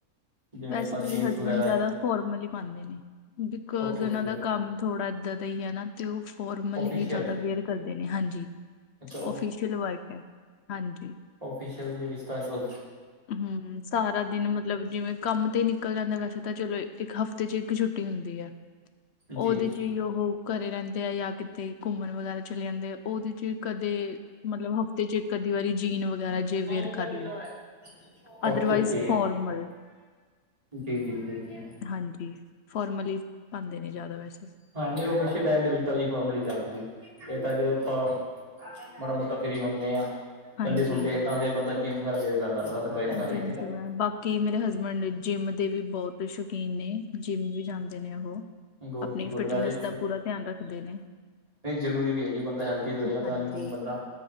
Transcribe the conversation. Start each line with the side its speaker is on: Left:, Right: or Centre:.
Right: ਜਿਵੇਂ
Left: ਵੈਸੇ
Right: ਆਪਾਂ
Left: ਮੇਰੇ,
Right: ਜੀਨਸ
Left: ਹਸਬੈਂਡ
Right: ਵਗੈਰਾ
Left: ਜਿਆਦਾ ਫੋਰਮਲ, ਹੀ ਪਾਉਂਦੇ ਨੇ। ਬਿਕੋਜ
Right: ਓਕੇ
Left: ਉਹਨਾਂ
Right: ਓਕੇ
Left: ਦਾ, ਕੰਮ ਥੋੜਾ ਏਦਾਂ ਦਾ ਹੀ ਹੈ ਨਾ, ਤੇ ਉਹ ਫੋਰਮਲ
Right: ਓਫੀਸ਼ੀਅਲ
Left: ਹੀ, ਜਿਆਦਾ ਵਿਅਰ ਕਰਦੇ ਨੇ, ਹਾਂਜੀ
Right: ਅੱਛਾ
Left: ਓਫੀਸ਼ਅਲ, ਵਰਕ ਹੈ ਹਾਂਜੀ।
Right: ਓਫੀਸ਼ਅਲ, ਦੇ ਵਿੱਚ ਤਾਂ ਜੋ
Left: ਹੁ -ਹੁ ਸਾਰਾ ਦਿਨ ਮਤਲਬ ਮਤਲਬ ਜਿਵੇਂ, ਕੰਮ ਤੇ ਨਿਕਲ ਜਾਂਦਾ, ਵੈਸੇ ਤਾਂ ਚਲੋ ਇੱਕ ਹਫ਼ਤੇ ਚ ਇੱਕ, ਛੁੱਟੀ ਹੁੰਦੀ ਆ।
Right: ਜੀ
Left: ਉਹਦੇ ਚ ਹੀ, ਉਹ ਘਰੇ ਰਹਿੰਦੇ ਆ, ਜਾਂ ਕਿਤੇ ਘੁੰਮਣ ਵਗੈਰਾ ਚਲੇ ਜਾਂਦੇ, ਆ ਉਹਦੇ ਚ ਕਦੇ ਮਤਲਬ, ਹਫ਼ਤੇ ਚ ਇਕ ਅਧੀ ਵਾਰੀ ਜੀਨ, ਵਗੈਰਾ ਜੇ
Right: <unintelligible>
Left: ਵੇਅਰ ਕਰ ਲਈ
Right: <inaudible>
Left: ਅਦਰਵਾਈਜ਼
Right: ਓਕੇ ਓਕੇ।
Left: ਫੋਰਮਲ
Right: ਜੀ ਜੀ ਜੀ ਜੀ। <inaudible>
Left: ਹਾਂਜੀ। ਫੋਰਮਲ ਹੀ, ਪਾਉਂਦੇ ਨੇ ਜ਼ਿਆਦਾ ਵੈਸੇ।
Right: ਹਾਂਜੀ ਉਹ, ਪਿੱਛੇ ਲੈਣ ਦੇ ਵਿੱਚ ਤਾਂ ਫੋਰਮਲੀ ਚੱਲਦੀ ਆ ਇਹ ਤਾਂ ਜੋ ਆਪਾਂ ਮਾੜਾ- ਮੋਟਾ ਫਰੀ ਹੁੰਨੇ ਆ
Left: ਹਾਂਜੀ
Right: ਸੰਡੇ- ਸੁੰਡੇ ਤਾਂ ਫਿਰ ਬੰਦਾ ਜਿੰਮ ਵੈਰਾ ਚੇਜ ਕਰ ਲੈਂਦਾ ਅਦਰਵਾਈਜ਼
Left: <unintelligible>
Right: ਤਾਂ ਨਹੀਂ
Left: <inaudible> ਕਿ ਮੇਰੇ, ਹਸਬੈਂਡ ਜਿੰਮ ਦੇ ਵੀ ਬਹੁਤ ਸ਼ੌਕੀਨ ਨੇ, ਜਿੰਮ ਵੀ ਜਾਂਦੇ ਨੇ ਉਹ
Right: ਗੁੜ
Left: ਆਪਣੀ
Right: ਚ ਗੁੜ
Left: ਫਿਟਨੈਸ,
Right: ਵੈਸੇ
Left: ਦਾ ਪੂਰਾ ਧਿਆਨ ਰੱਖਦੇ ਨੇ।
Right: ਨਹੀਂ ਜ਼ਰੂਰੀ ਵੀ ਹੈ, ਜੇ ਬੰਦਾ ਹੈਲਦੀ ਰਹੇਗਾ
Left: ਹਾਂਜੀ
Right: ਤਾਂ ਹੀ ਬੰਦਾ,